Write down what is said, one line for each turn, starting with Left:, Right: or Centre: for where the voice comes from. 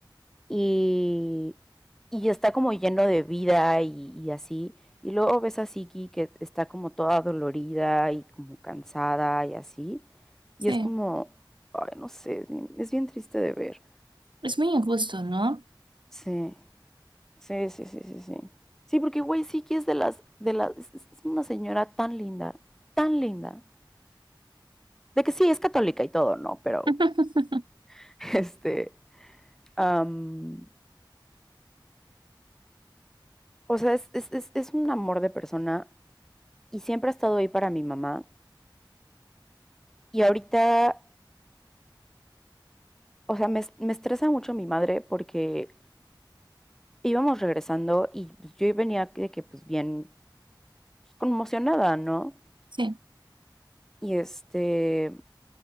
Centre: y, y está como lleno de vida y, y así. Y luego ves a Siki que está como toda dolorida y como cansada y así.
Right: Sí,
Centre: Y es como, ay, no sé, es bien, es bien triste de ver.
Right: es muy injusto, ¿no?
Centre: Sí, sí, sí, sí, sí, sí. Sí, porque güey, Siki es de las, de las, es es una señora tan linda, tan linda. De que sí, es católica y todo, ¿no? Pero,
Right: <laughs>
Centre: <laughs> este, am, o sea, es, es- es- es un amor de persona y siempre ha estado ahí para mi mamá. Y ahorita, o sea, me, me estresa mucho mi madre porque íbamos regresando y pues, yo venía de que, pues, bien pues, conmocionada, ¿no?
Right: Sí.
Centre: Y este,